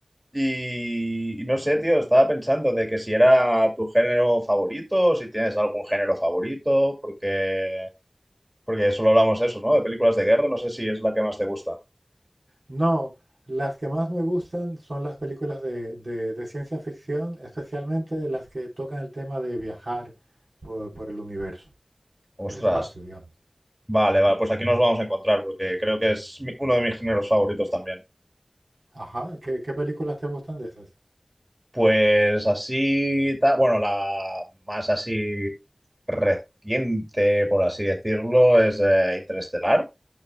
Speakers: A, on the right; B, on the right.
A: Y, y no sé, tío, estaba pensando de que si era tu género favorito, o si tienes algún género favorito, porque, porque solo hablamos eso, ¿no? De películas de guerra, no sé si es la que más te gusta.
B: No, las que más me gustan son las películas de, de- de ciencia ficción, especialmente las que tocan el tema de viajar por, por el universo,
A: Ostras.
B: del espacio, digamos.
A: Vale, vale, pues aquí nos vamos a encontrar, porque creo que es mi- uno de mis géneros favoritos también.
B: Ajá, ¿qué, qué películas te gustan de esas?
A: Pues así, ta- bueno, la más así reciente, por así decirlo, es eh, Interestelar.